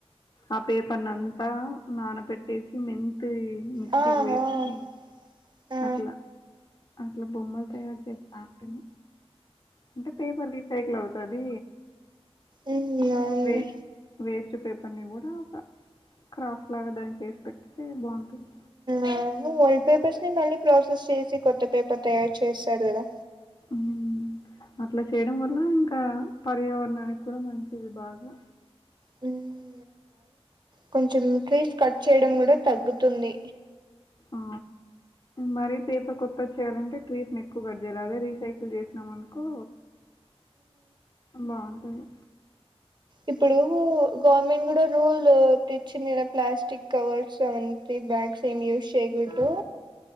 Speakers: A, on the left; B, on the right.
A: ఆ పేపర్నీ అంతా నానా బెట్టి పేట్టేసి మెంతి మిక్సీకి
B: ఆ ఆ
A: వేసి
B: ఆ
A: అట్లా, అట్లా బొమ్మలు తయారు చేస్తాంటిమి. అంటే పేపర్ రీ సైకిల్ అవుతాది.
B: అవునులే
A: వే వేస్ట్ పేపర్ ని కూడా ఒక క్రాఫ్ట్ లాగా దాన్ని చేసి పెట్తే బాగుంటుంది.
B: ఆ వైట్ పేపర్స్ ని మళ్ళీ ప్రాసెస్ చేసి కొత్త పేపర్ తయారు చేస్తారు కదా?
A: మ్ హు అట్లా చేయడం వల్ల ఇంకా పర్యావరణానికి కూడా మంచిది బాగా
B: డ మ్ కొంచం ఇంక్రీజ్ కట్ చేయడం కూడా తగ్గుతుంది
A: ఆ మరీ పేపర్ కొత్త వచ్చేయాలంటే ట్రీస్ ని ఎక్కువ పడ్జేయిిదే రీసైకిల్ చేసినాం అనుకో బాగుంటంది
B: ఇప్పుడు గవర్నమెంట్ కూడా రూల్ తెచ్చింది ప్లాస్టిక్ కవర్స్ అవన్న బ్యాగ్స్ ఏం యూస్ చేయకూడదు